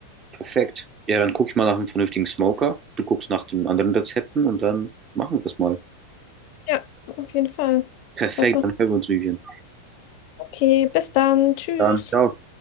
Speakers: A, on the right; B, on the left.
A: perfekt. Ja, dann gucke ich mal nach einem vernünftigen Smoker. Du guckst nach den anderen Rezepten und dann machen wir das mal.
B: Ja, auf jeden Fall.
A: Perfekt,
B: Was noch?
A: dann hören wir uns, Vivian.
B: Okay, bis dann. Tschüss.
A: Bis Dann, ciao.